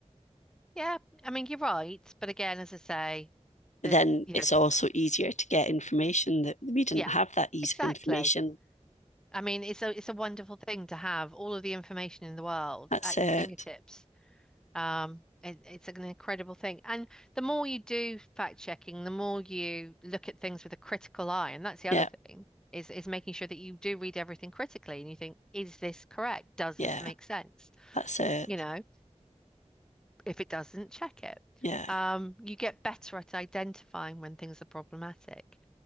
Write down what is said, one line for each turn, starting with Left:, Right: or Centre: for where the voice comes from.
Centre: Yeah, I mean you're right, but again, as I say,
Left: But
Centre: the
Left: then
Centre: you
Left: it's
Centre: know,
Left: also easier to get information that we didn't
Centre: yeah,
Left: have that ease
Centre: exactly.
Left: of information.
Centre: I mean, it's a it's a wonderful thing to have all of the information in the world
Left: That's
Centre: at
Left: it.
Centre: your fingertips. Um, it, it's an incredible thing, and the more you do fact checking, the more you look at things with a critical eye, and that's the
Left: Yeah,
Centre: other thing is is making sure that you do read everything critically, and you think, is this correct? Does
Left: yeah,
Centre: this make sense?
Left: that's it.
Centre: You know. if it doesn't, check it.
Left: Yeah,
Centre: Um, you get better at identifying when things are problematic.